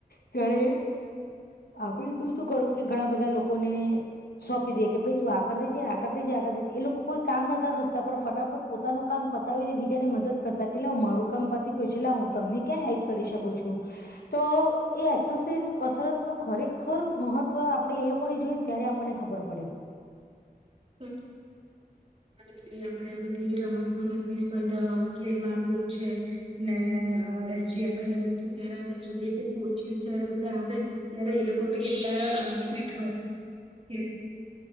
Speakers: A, on the left; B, on the right.
A: ત્યારે આપણે તો શું કરું કે ઘણા બધા લોકોને સોંપી દેએ કે ભાઈ તું આ કર દેજે આ કર દેજે આ કર દેજે એ લોકો કોઈ કામ નતા સોંપતા પણ ફટાફટ પોતાનું કામ પતાવીને બીજાને મદદ કરતા કેટ હું મારું કામ પતી ગયું છે એટલે હું તમને ક્યાં હેલ્પ કરી શકું છું. તો એ એક્સરસાઇઝ કસરત નું ખરેખર મહત્વ આપડે એ લોકોને જોઈ ને ત્યારે. આપણને ખબર પડે.
B: હમ્મ બધી આપડે આ બધી રમત ગમત ની સ્પર્ધાઓ ખેલ ગુમ છે. ને એસજીએફઆઈ ની વચ્ચે જ્યારે આપણે જોઈએ કે કોચીસ જયારે બધા આવે. ત્યારે એ લોકો બી કેટલા ફિટ હોય છે.